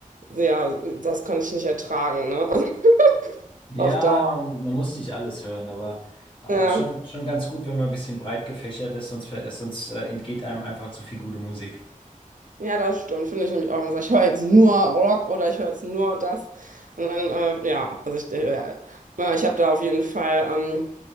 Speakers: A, on the right; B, on the left.
A: ja, das kann ich nicht ertragen, ne? <laughs>
B: Ja,
A: Auf Dauer.
B: man, man muss nicht alles hören, aber äh,
A: Ja,
B: schon, schon ganz gut, wenn man ein bisschen breit gefächert ist, sonst, ver- sonst äh, entgeht einem einfach zu viel gute Musik.
A: ja, das stimmt, finde ich nämlich auch. Man sagt, ich höre jetzt nur Rock oder ich höre jetzt nur das. Und dann, äh, ja, also ich, äh, ja, äh, ich habe da auf jeden Fall ähm,